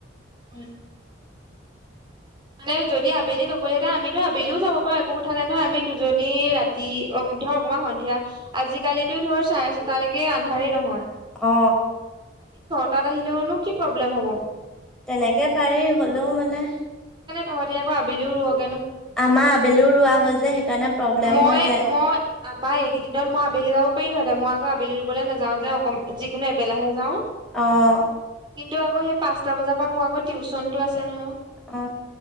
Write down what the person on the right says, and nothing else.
উম। মানে যদি আবেলি নগলেহেতে আমিতো আবেলিও যাব পাৰো একো কথা নাই নহয় আমি দুজনী ৰাতি ধৰ অকমান সন্ধিয়া আজিকালিিতো ধৰ চাৰে ছটালৈকে আন্ধাৰ নহয়।
তাত আহিলেওনো কি প্ৰব্লেম হ'ব?
তহতি আক আবেলিও ৰ
মই
মই আমাৰ এইকেইদিনত মই আবেলি যাব পাৰিলো মই আকৌ আবেলি ৰুবলৈ নাযাও যে অক যিকোনো এবেলাহে যাওঁ।
কিন্তু আকৌ সেই পাঁচটা বজাৰ পৰা মোৰ আকৌ টিউচনটো আছে নহয়।